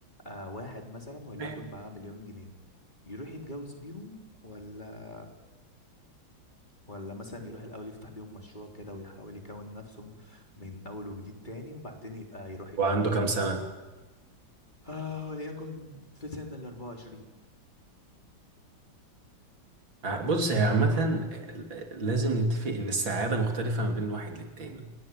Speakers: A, on the left; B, on the right.
A: آه واحد مثلا وليكن
B: ايوه
A: معاه مليون جنيه يروح يتجوز بيهم ولا ولا مثلا يروح الأول يفتح بيهم مشروع كده ويحاول يكون نفسه من أول وجديد تاني وبعدين يبقى يروح يتجوز
B: وعنده كام سنة
A: آه وليكن في سن ال 24
B: بص هي عامة لازم نتفق ان السعادة مختلفة ما بين واحد للتاني